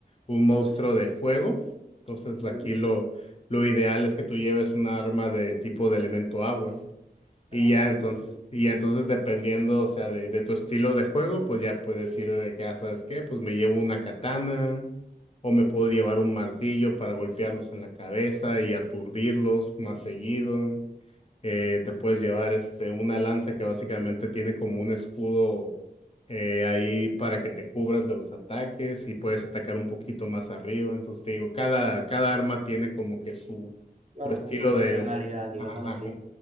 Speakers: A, on the left (about 35°); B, on the right (about 45°).
A: un monstruo de fuego, entonces
B: ok.
A: aquí lo, lo ideal es que tú lleves un arma de tipo de elemento agua. Y
B: Ah,
A: ya entonces,
B: ok, ok.
A: y ya entonces dependiendo, o sea, de, de tu estilo de juego, pues ya puedes ir de que, ah, ¿sabes qué? Pues me llevo una katana o me puedo llevar un martillo para golpearlos en la cabeza y aturdirlos más seguido. Eh, te puedes llevar este, una lanza que básicamente tiene como un escudo eh, ahí para que te cubras de los ataques y puedes atacar un poquito más arriba. Entonces te digo, cada, cada arma tiene como que su,
B: Claro,
A: su estilo
B: con su funcionalidad,
A: de...
B: digámoslo
A: Ajá,
B: así.